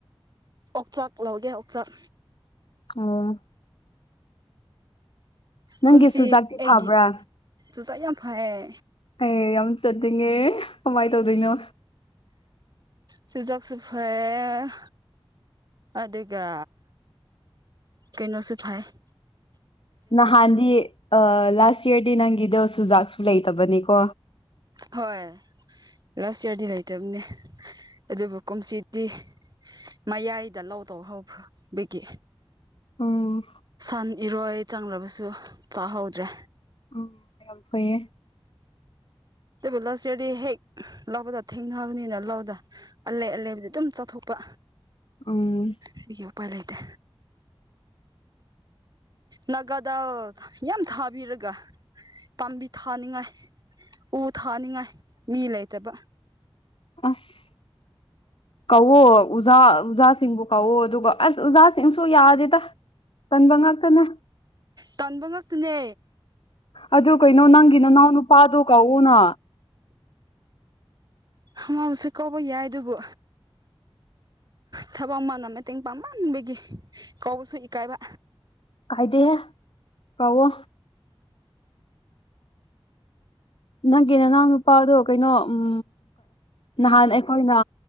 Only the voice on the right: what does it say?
ꯑꯣꯛꯆꯥꯛ ꯂꯧꯒꯦ ꯑꯣꯛꯆꯥꯛ
ꯀꯨꯝꯁꯤ
ꯑꯩꯒꯤ
ꯆꯨꯆꯥꯥꯛ ꯌꯥꯝ ꯐꯩꯌꯦ
ꯁꯨꯖꯥꯛꯁꯨ ꯐꯩꯌꯦ ꯑꯗꯨꯒ ꯀꯩꯅꯣꯁꯨ ꯊꯥꯏ
ꯍꯣꯏ ꯂꯥꯁ ꯏꯌꯥꯔꯗꯤ ꯂꯩꯇꯕꯅꯦ ꯑꯗꯨꯕꯨ ꯀꯨꯝꯁꯤꯗꯤ ꯃꯌꯥꯏꯗ ꯂꯧꯗꯧ ꯍꯕ꯭ꯔꯥ ꯕꯤꯒꯤ
ꯁꯟ ꯏꯔꯣꯏ ꯆꯪꯂꯕꯁꯨ ꯆꯥꯍꯧꯗ꯭ꯔꯦ
ꯇꯣꯏꯕꯨ ꯂꯁꯤꯔꯤ ꯍꯦꯛ ꯂꯥꯎꯗ ꯊꯦꯡꯅꯕꯅꯤꯅ ꯂꯧꯥꯎꯗ ꯑꯂꯩ ꯑꯂꯩꯕꯨꯗꯤ ꯑꯗꯨꯝ ꯆꯠꯊꯣꯛꯄ
ꯁꯤꯒꯤ ꯎꯄꯥꯏ ꯂꯩꯇꯦ ꯅꯥꯒꯥꯗꯧ ꯌꯥꯝ ꯊꯥꯕꯤꯔꯒ ꯄꯥꯝꯕꯤ ꯊꯥꯅꯤꯡꯉꯥꯏ ꯎ ꯊꯥꯅꯤꯡꯉꯥꯏ ꯃꯤ ꯂꯩꯇꯕ
ꯇꯟꯕ ꯉꯛꯇꯅꯦ
<unintelligible> ꯀꯧꯕ ꯌꯥꯏ ꯑꯗꯨꯕꯨ ꯊꯕꯛ ꯑꯃꯅ ꯃꯇꯦꯡ ꯄꯥꯡꯃꯟꯕꯒꯤ ꯀꯧꯕꯁꯨ ꯏꯀꯥꯏꯕ